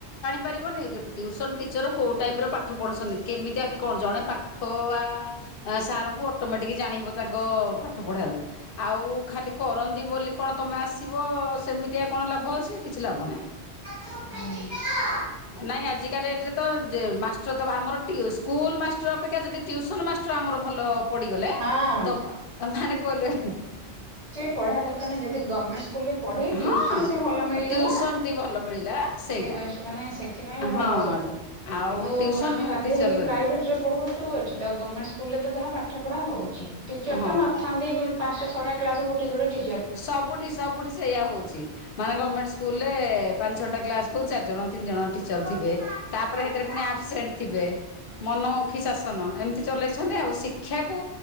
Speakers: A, on the left; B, on the right.
A: ପାରିବନେଇକି ଟିୟୁସନ ଟିଚର କୋଉ ଟାଇପ୍ ର ପାଠ ପଢୁଛନ୍ତି କେମିତିଆ କଣ ଜଣେ ପା ପାଠ ଆ ସାର ଙ୍କୁ ଅଟୋମେଟିକ୍ ଜାଣି ହେବ ତାଙ୍କ ପାଠ ପଢ଼ାରୁ। ଆଉ ଖାଲି କରନ୍ତି ବୋଲି କଣ ତମେ ଆସିବ ସେମିତିଆ କଣ ଲାଭ ଅଛି କିଛି ଲାଭ ନାହିଁ।
B: ହୁଁ।
A: ନାଇଁ ଆଜିକା ଡେଟ୍ରେ ତ ଯେ ମାଷ୍ଟର ତ ଆମର ସ୍କୁଲ ମାଷ୍ଟର ଅପେକ୍ଷା ଯଦି ଟିୟୁସନ ମାଷ୍ଟର ଆମର ଭଲ ପଡିଗଲେ
B: ହଁ
A: ତମ ମାନେ କହିଲୁ
B: ପଢ଼ିବା ଦରକାର ନାଁହି ଯଦ ଗମେଣ୍ଟେ ସ୍କୁଲରେ ପଢେଇ
A: ହଁ
B: ଟିୟୁସନ ଟେ ଭଲ ମିଳିଗଲା
A: ଟିଉସନ ଟି ଭଲ ମିଳିଲା ସେଇଟା
B: ଦି ବେଷ୍ଟେ ମାନେ ସେଥିପାଇଁ
A: ହଁ
B: ଭଲ ସବୁ।
A: ଆଉ
B: କିନ୍ତୁ
A: ଟିଉସନ
B: ଆମେ ବାଧ୍ୟ
A: ଟିଚର
B: ହେଇକି
A: ଯଦି
B: ପ୍ରାଇଭେଟରେ ପଢୋଚୁ ଏଠି ତ ଗମେଣ୍ଟେ ସ୍କୁଲରେ ତ ଯାହା ପାଠ ପଢା ହୋଉଚି ଟିଚର
A: ହଁ
B: ତ ନଥାନ୍ତି
A: ବ
B: ପାଞ୍ଚଟ ଛଟା କ୍ଲାସକୁ ଗୋ ସେ ଗୋଟେ ଟିଚର
A: ସବୁଠି ସବୁଠି ସେଇୟଆ ହୋଉଚି। ମାନେ ଗମେଣ୍ଟେ ସ୍କୁଲ ରେ ପାଞ୍ଚଛଟା କ୍ଲାସକୁ ଚାରିଣ ତିିନି ଜଣ ଟି ଟିଚର
B: କହୁଛି
A: ଥିବେ
B: ଭାତ
A: ତାପରେ
B: ସହିତ
A: ହେଥିରେ ପୁଣି ଆସେପଣ୍ଟେ ଥିବେ ମନୀମୁଖି ଶାନ ଏନୀତି ଚଲେଚନ୍ତି। ଅଛନ୍ତି ଆଉ ଶିକ୍ଷାକୁ